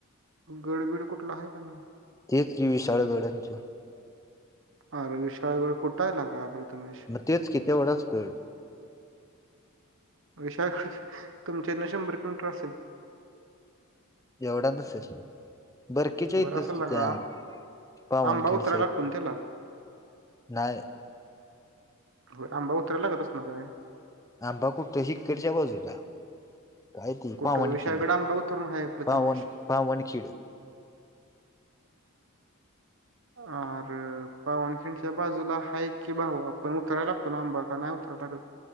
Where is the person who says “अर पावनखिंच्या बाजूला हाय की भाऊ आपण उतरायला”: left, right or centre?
Right